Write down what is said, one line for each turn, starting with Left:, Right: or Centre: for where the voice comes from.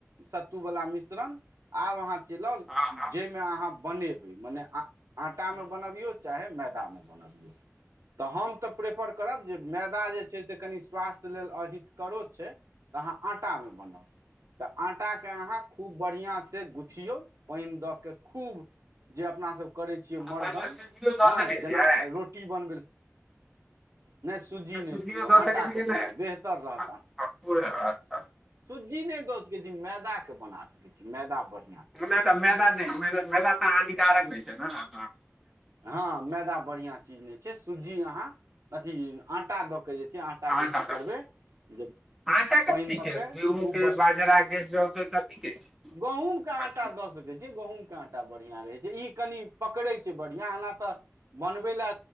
Right: सत्तू वला मिश्रण, आब अहाँ चेलब
Centre: हँ हँ
Right: जेमे अहाँ बनेबै, मने आ आटा मे
Centre: हूँ
Right: बनबियौ, चाहे मैदा मे बनबियौ, तऽ हम ते प्रेफर करब जे मैदा जे छै, से कनि स्वास्थ्य लेल अहितकरो छै। अहाँ आटा मे बनाउ, ते आटा के अहाँ खूब बढ़िया से गुथियौ, पाइन द के खूब जे अपना सब करै छियै
Centre: ओहिमे
Right: मरदन,
Centre: सूजियो
Right: हाँ
Centre: दऽ सकै
Right: जेना
Centre: छियै
Right: रोटी बनबैले। ने सुज्जी ने
Centre: सूजियो
Right: दियौ,
Centre: दऽ
Right: आटाकेँ
Centre: सकै छियै कि
Right: बनाउ, बेहतर
Centre: नहि
Right: रहत आ
Centre: पूरा अच्छा
Right: जी ने द सके छिये, मैदा के बना सकै छी, मैदा बढ़ि
Centre: नै ते मैदा ने मैदा, मैदा ते हानिकारक होय छै ने हाँ।
Right: हाँ मैदा बढ़ियाँ चीज ने छै, सुज्जी अहाँ अथी आटा दऽ केऽ जे, आटाके
Centre: आटा
Right: की
Centre: तऽ
Right: करबै जे
Centre: आटा
Right: पानि
Centre: कथी
Right: दऽ
Centre: के गेहूँ
Right: खूब
Centre: के, बाजरा के, जौ के, कथी के?
Right: गहुँमके आटा
Centre: हँ
Right: दऽ सकै छीयै, गहुमके आटा बढ़ियाँ रहै छै, इ कनि पकड़ै छै। या एना त, बनबै ले